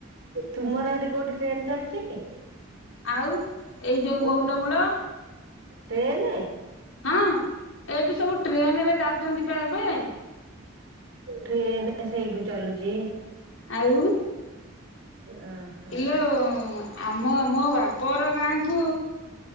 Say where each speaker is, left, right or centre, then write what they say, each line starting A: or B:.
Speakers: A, on the right (about 65°); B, on the left (about 85°).
A: ତୁମର ହେଟି କୋଉଠି ଟ୍ରେନ ଚାଲୁଚି କି?
B: ଆଉ ଏଇ ଯୋଉ
A: କୋଉ
B: ମୋହୁଲମୂଳ।
A: ଟ୍ରେନେ?
B: ହଁ ଏଇଠୁ ସବୁ ଟ୍ରେନେରେ ଯାଉଚନ୍ତି ପା ଏବେ।
A: ଟ୍ରେନେ ସେଇଠୁ ଚାଲୁଚି।
B: ଆଉ।
A: ଓହୋ
B: ଇଲୋ ଆମ ମୋ ବାପର ଗାଁକୁ